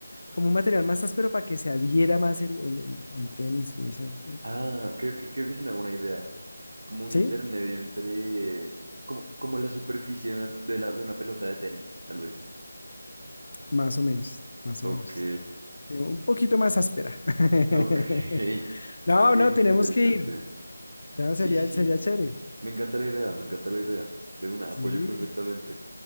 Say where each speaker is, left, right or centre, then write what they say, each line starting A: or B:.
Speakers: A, on the left; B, on the right.
A: como un material más áspero para que se adhiera más el, el- el- el tenis y esa. eh,
B: Ah, creo que, creo que sí me hago una idea. Como un
A: Sí,
B: intermedio entre... Como, como la superficie de una, de la- de una pelota de tenis, tal vez.
A: más o menos, más
B: Ok,
A: o menos. Sí, un poquito más áspera. <laughs>
B: ok. <laughs>
A: No,
B: Ok,
A: no,
B: bien
A: tenemos
B: interesante.
A: que ir. No,
B: Sí,
A: sería,
B: sí, sí.
A: sería chévere.
B: Me encanta la idea, me encanta la idea. De una,
A: Sí,
B: apoyo perfectamente.